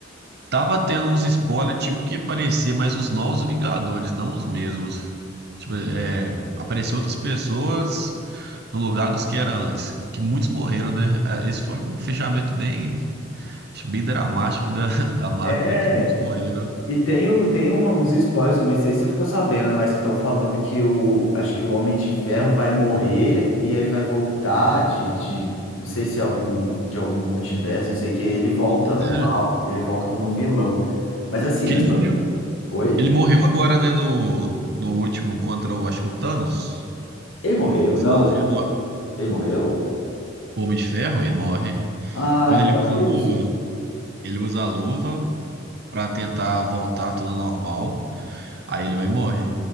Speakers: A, on the right; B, on the left.
A: Tava tendo uns spoilers, tipo, que aparecer mais os novos Vingadores, não os mesmos. Tipo, é, apareceu outras pessoas no lugar dos que era antes, que muitos morreram, né? É, Esse foi um fechamento bem Acho bem dramático da, <laughs> da Marvel,
B: É.
A: né? Que muitos morreram.
B: E tem, o- tem uma- uns spoilers, eu não sei se você ficou sabendo, mas que estão falando que o, acho que o Homem de Ferro vai morrer e aí vai voltar de, de, não sei se é algum, de algum multiverso, não sei o que, ele volta do
A: Sério?
B: mal, ele volta como vilão. Mas assim,
A: Que ele
B: é só...
A: morreu.
B: Oi?
A: Ele morreu agora, né? No, no último contra o, acho que o Thanos.
B: Ele morreu?
A: No
B: Não,
A: Finalzinho ele morre.
B: ele morreu?
A: O Homem de Ferro, ele morre.
B: Ah,
A: Quando
B: então
A: ele usa
B: é
A: a
B: isso.
A: luva, ele usa a luva pra tentar voltar tudo ao normal. Aí ele vai e morre.